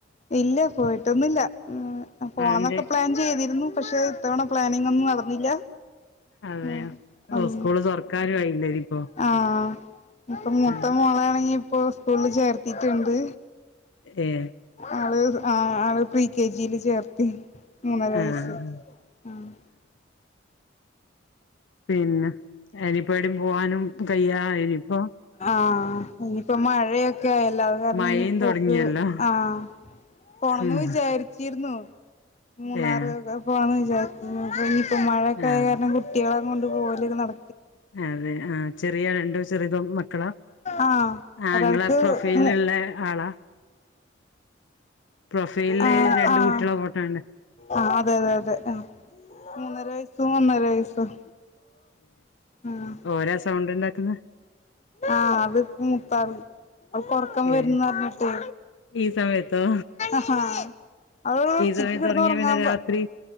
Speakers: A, on the left (about 35°); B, on the left (about 75°).
A: ഇല്ല പോയിട്ടോന്നൂല്ല ആഹ് പോണന്നൊക്കെ
B: അതിന്റെ
A: പ്ലാൻ ചെയ്തിരുന്നു പക്ഷെ ഇത്തവണ പ്ലാനിങ്ങോന്നും നടന്നില്ല.
B: അതെയോ
A: ഉം അം
B: ഓഹ് സ്കൂള് തുറക്കാനും ആയില്ലേ ഇനിയിപ്പോ
A: ആഹ് ഇപ്പൊ മൂത്ത
B: ആഹ്
A: മോളാണെങ്കി ഇപ്പൊ സ്കൂൾ ചേർത്തിട്ട്ണ്ട്
B: ഏഹ്
A: ആള് <unintelligible> ആ അഹ് പ്രീ കെ ജി യില് ചേർത്തി മൂന്നര വയസ്സ്.
B: ആഹ്
A: ആഹ്
B: പിന്നെ അയിന് എപ്പോഴും പോവാനും <unintelligible> ഇനിപ്പോ
A: ആഹ് ഇനിയിപ്പോ മഴയൊക്കെ ആയല്ലോ അത് കാരണം
B: മഴയും
A: ഇനി പോക്ക്
B: തൊടങ്ങിയല്ലോ
A: ആഹ് പോണന്ന്
B: ഉം
A: വിചാരിച്ചി തീർന്നോ മൂന്നാറ്
B: ഏഹ്
A: ഒക്കെ പോവാന്ന് വി <unintelligible> മഴയൊക്കെ
B: ആഹ്
A: ആയ കാരണം കുട്ടികൾ ണ്ട് <unintelligible> പോലൊക്കെ നട
B: അതെ ആ ചെറിയ രണ്ട് ചെറുതോ മക്
A: ആഹ്
B: ആഹ്
A: ഒരാൾക്ക്
B: ഇങ്ങളെ പ്രൊഫൈൽ
A: മു
B: ഇള്ള ആളാ പ്രൊഫൈൽ
A: ആഹ്
B: രണ്ട്
A: ആഹ്
B: കുട്ടികൾ ഫോട്ടോ കണ്ട്
A: ആഹ് അതെ അതെ അതെ ആഹ് മൂന്നര വയസ്സും ഒന്നര വയസ്സും ആഹ്
B: ഓരാ സൗണ്ട് ഇണ്ടാക്കുന്നെ?
A: ആഹ് അത് മൂത്ത ആള്. അവൾക്ക് ഉറക്കം
B: ഏ
A: വര്ന്ന് പറഞ്ഞിട്ടെ.
B: ഈ സമയത്തോ
A: ആഹ് അവളോട് ഉച്ചക്ക്
B: ഈ സമയത്ത്
A: കിടന്ന്
B: ഉറങ്ങിയാ
A: ഉറങ്ങാൻ
B: പിന്നെ
A: പ
B: രാത്രി